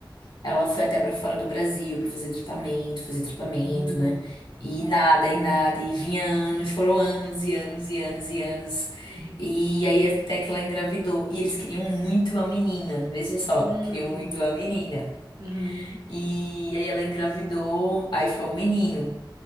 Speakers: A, on the left; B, on the right.
A: Ela foi até pra fora do Brasil pra fazer tratamento, fazer tratamento,
B: uhum,
A: né? E nada, e nada, e vinha anos, foram anos e anos e anos e anos.
B: uhum,
A: E aí até que ela engravidou. E eles queriam muito a menina, veja só,
B: Hum,
A: queriam muito a menina.
B: uhum,
A: E aí ela engravidou, aí foi um menino.